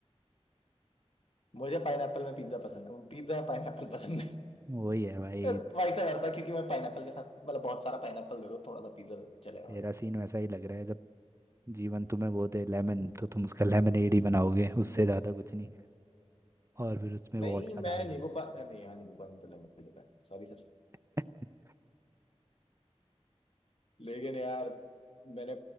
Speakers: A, on the left; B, on the right.
A: मुझे पाइनएप्पल में पिज्जा पसंद है पिज्जा पाइनएप्पल पसंद है
B: वही है भाई
A: <laughs> वैसा करता क्योंकि मैं पाइनएप्पल के साथ मतलब बहुत सारा पाइनएप्पल दे दो थोड़ा सा पिज्जा चलेगा
B: तेरा
A: हमारा
B: सीन वैसा ही लग रहा है जब जीवन तुम्हें वो दे लेमन तो तुम उसका लेमनेड ही बनाओगे उससे ज़्यादा कुछ नहीं और फिर उसमें
A: नहीं
B: वोडका
A: मैं
B: डाल
A: नींबू
B: दोगे
A: पा नहीं यार नींबू पानी तो लेमन पीता है सॉरी सर
B: <laughs>
A: लेकिन यार मैंने